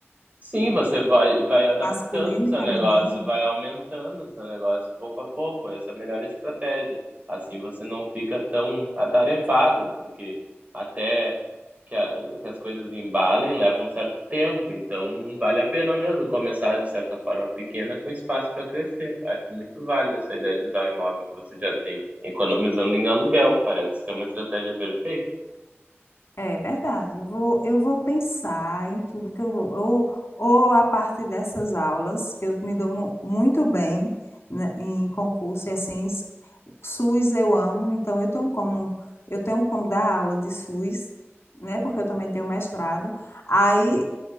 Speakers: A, on the right; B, on the left.
A: Sim, você vai vai adaptando
B: Masculino
A: o seu
B: e feminino.
A: negócio, vai aumentando o seu negócio pouco a pouco, essa é a melhor estratégia. Assim você não fica tão atarefada, porque até que a que as coisas embalem, leva um certo tempo, então vale a pena mesmo começar de certa forma pequena com espaço para crescer. Acho muito válido essa ideia de usar o imóvel que você já tem, economizando em aluguel, parece ser uma estratégia perfeita.
B: É verdade. Eu vou, eu vou pensar em tudo que eu vou. Ou, ou a parte dessas aulas, que eu me dou mu- muito bem né, em concurso, e assim, SUS eu amo, então eu tenho como eu tenho como dar aula de SUS, né? Porque eu também tenho mestrado. Aí